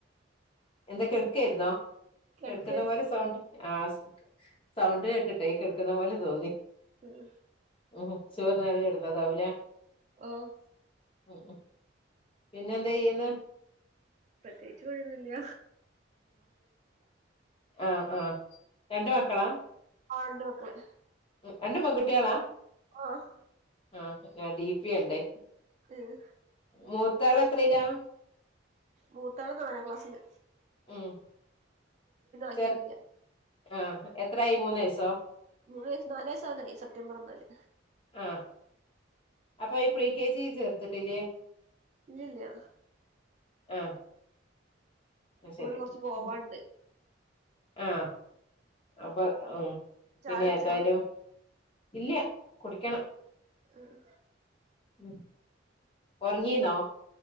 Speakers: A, on the left; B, on the right.
A: എന്താ കിടക്കായിരുന്നോ
B: കെടക്കായിരുന്നു
A: കെടക്കുന്ന പോലെ സൗണ്ട് ആഹ് സൗണ്ട് കേട്ടിട്ട് കിടക്കുന്ന പോലെ തോന്നി
B: ഉം
A: ഉം ചോറ് തിന്നാണ്ട് കിടന്നതാവൂല്ലേ
B: ആഹ്
A: ഉം ഉംപിന്നെ എന്താ ചെയ്യുന്നേ
B: പ്രത്യേകിച്ച് പണിയൊന്നും ഇല്ല
A: ആഹ് ആഹ് രണ്ട് മക്കളാ
B: ആഹ് രണ്ട് മക്കള്
A: രണ്ടും പെൺകുട്ട്യോളാ
B: ആഹ്
A: ആഹ് ഞാൻഡീപ്പി കണ്ടേ
B: ഉം
A: മൂത്തആൾഎത്രയിലാ
B: മൂത്ത ആള് നാലാം ക്ലാസില്
A: ഉം
B: ആക്കിയിട്ടില്ല
A: ചെർ ആഹ് എത്ര ആയി മൂന്ന് വയസോ
B: മൂന്ന് വയസ്സ് നാല് വയസ് ആവാനായി സെപ്റ്റംബർ വന്നാല്
A: ആഹ് അപ്പൊ ഈ പ്രീകെജി ചേർത്തിട്ടില്ലേ
B: ഇല്ല ല്ലാ
A: ആഹ്
B: ഇവിടെന്ന്
A: ശരി
B: കൊറച്ച് പോവാണ്ട്
A: ഉം ആഹ് അപ്പൊ ഉം പിന്നെ
B: ചായ കുടിച്ചോ
A: ഏതായാലും ഇല്ല കുടിക്കണം
B: ആഹ്
A: ഉം ഒറങ്ങീന്നോ